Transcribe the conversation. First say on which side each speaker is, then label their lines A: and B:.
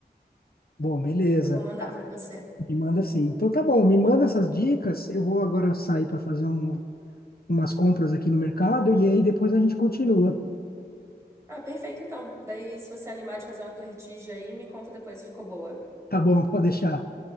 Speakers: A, on the left; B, on the right.
A: Bom, beleza,
B: Eu vou mandar pra você.
A: me manda sim. Então tá bom, me manda essas dicas, eu vou agora sair para fazer um- umas compras aqui no mercado e aí depois a gente continua.
B: Ah, perfeito então. Daí, se você animar de fazer uma tortilha aí, me conta depois se ficou boa.
A: Tá bom, pode deixar.